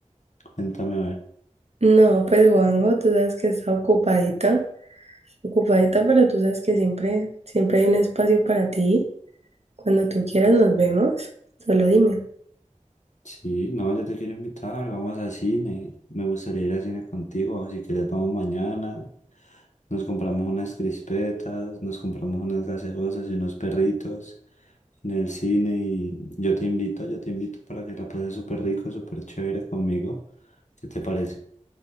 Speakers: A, on the left; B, on the right.
A: Cuéntame a ver.
B: No, pues Juanjo, tú sabes que está ocupadita, ocupadita, pero tú sabes que siempre, siempre hay un espacio para ti. Cuando tú quieras nos vemos, solo dime.
A: Sí, no, yo te quiero invitar, vamos a cine. Me gustaría ir a cine contigo, si quieres vamos mañana. Nos compramos unas crispetas, nos compramos unas gaseosas y unos perritos. en el cine y yo te invito, yo te invito para que la pases súper rico, súper chévere conmigo. ¿Qué te parece?